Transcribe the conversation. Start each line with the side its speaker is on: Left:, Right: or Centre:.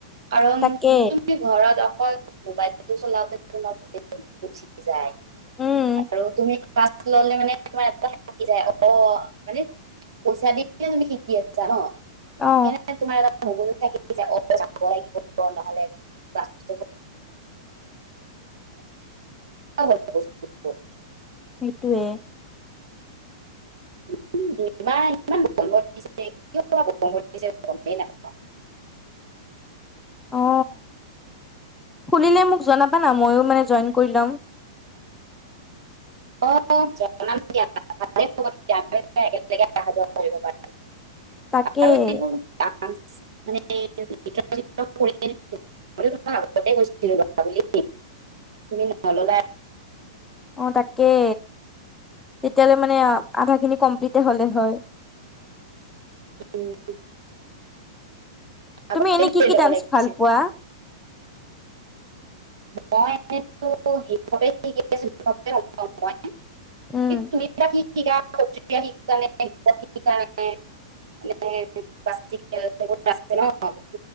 Right: কাৰণ,
Centre: তাকে
Right: তুম তুমি ঘৰত অকল, মোবাইলটো চলাওঁতে, তোমাৰ গোটেই দিনটো গুচি যায়।
Centre: উম
Right: আৰু তুমি ক্লাছ ল'লে মানে, তোমাৰ কিবা এটা থাকি যায়। অ'! মানে, পইচা দিয়েই তুমি শিকি আছা ন'
Centre: অ
Right: সেইকাৰণে, তোমাৰ এটা মগজুত থাকি যায়। অ'! যাব লাগিব, নহ'লে ক্লাছটো <unintelligible> <unintelligible>
Centre: সেইটোৱে।
Right: <inaudible> <unintelligible> ইমান <unintelligible> গমেই নাপাওঁ।
Centre: অ খুলিলে মোক জনাবা না? মইয়ো মানে, জইন কৰি ল'ম।
Right: অ'! জনাম দিয়া, ভালে হ'ব <unintelligible> তেতিয়া আমি, <unintelligible> একেলগে অহা-যোৱা কৰিব পাৰিম।
Centre: তাকে
Right: আৰু এইবোৰ,
Centre: <inaudible>
Right: ডান্স মানে এই নেটৱৰ্ক চেটৱৰ্ক কৰিব নে কি? <unintelligible> মইতো তোমাক আগতে কৈছিলো ল'বা বুলি তুমি নল'লা <unintelligible>
Centre: অ'অ' তাকে। তেতিয়ালৈ মানে আধাখিনি কমপ্লিতে হলে হয়।
Right: বি <unintelligible>
Centre: তুমি
Right: আগতে
Centre: এনে
Right: কৰি
Centre: কি কি
Right: ল'ব
Centre: ডান্স
Right: লাগিছিল।
Centre: ভাল
Right: <unintelligible>
Centre: পোৱা?
Right: মই সেইবাবেঠিক
Centre: উম,
Right: <unintelligible> <unintelligible> কিনকে <unintelligible> মানে আছে ন <unintelligible>